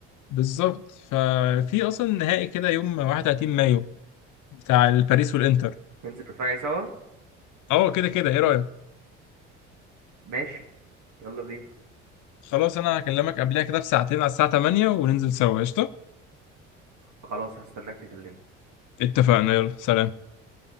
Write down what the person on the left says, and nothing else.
بالظبط ففي اصلا نهائي كده يوم 31 مايو بتاع الباريس والانتر
اه كده كده ايه رايك
خلاص انا هكلمك قبلها كده بساعتين على الساعه 8 وننزل سوا قشطه
اتفقنا يلا سلام